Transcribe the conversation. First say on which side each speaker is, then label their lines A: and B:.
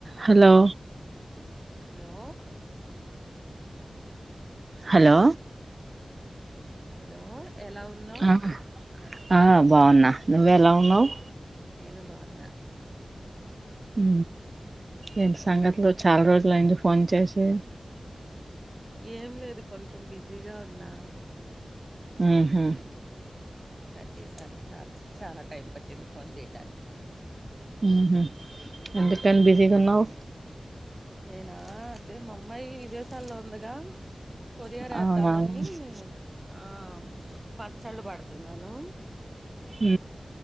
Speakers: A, on the right; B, on the right.
A: Hello
B: hello
A: hello
B: hello ఎలా ఉన్నావు
A: ఆ ఆ బాగున్నా నువ్ ఎలా ఉన్నావ్
B: నేను బాన్నా
A: ఊ ఏంటి సంగతిలు చాలా రోజులు అయింది ఫోన్ చేసి
B: ఏం లేదు కొంచెం బిజీగా ఉన్నా అందుకని
A: ఉహు
B: తటేసారు చాలాసేపు చాలా టైం పట్టింది ఫోన్ చేయటానికి
A: ఊహు ఎంత టైమ్ బిజీగ ఉన్నావు
B: నేనా అదే మా అమ్మాయి విదేశాల్లో ఉందిగా కొరియర్ వేద్దామని
A: అవునా ఉ
B: ఆ పచ్చళ్ళు పెడత చెతున్నాను <unintelligible>
A: హ